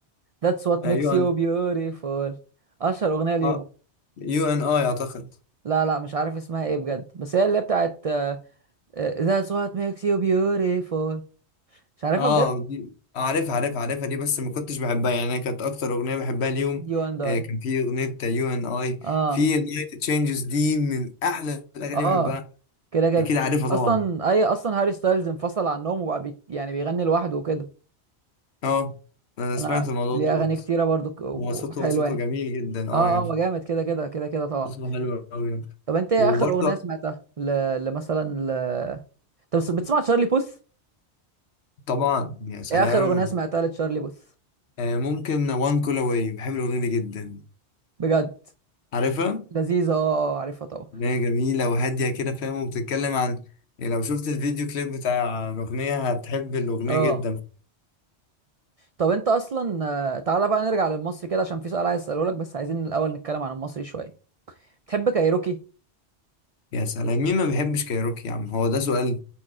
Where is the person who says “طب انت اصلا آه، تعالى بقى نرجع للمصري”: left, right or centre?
Right